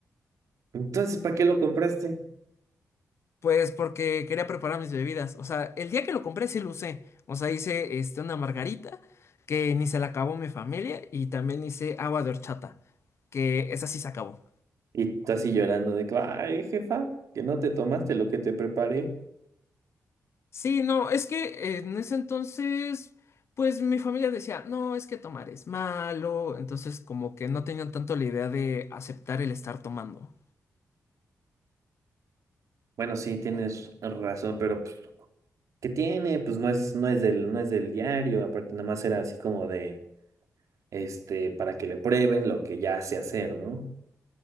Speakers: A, on the right; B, on the left.
A: Entonces, ¿para qué lo compraste?
B: Pues porque quería preparar mis bebidas. O sea, el día que lo compré sí lo usé. O sea, hice este, una margarita que ni se la acabó mi familia y también hice agua de horchata, que esa sí se acabó.
A: Y tú así llorando de que, ay, jefa, que no te tomaste lo que te preparé.
B: Sí, no, es que eh, en ese entonces, pues mi familia decía, no, es que tomar es malo. Entonces como que no tenían tanto la idea de aceptar el estar tomando.
A: Bueno, sí, tienes razón, pero pues, ¿qué tiene? Pues no es, no es del, no es del diario, aparte nada más era así como de este, para que le prueben lo que ya sé hacer, ¿no?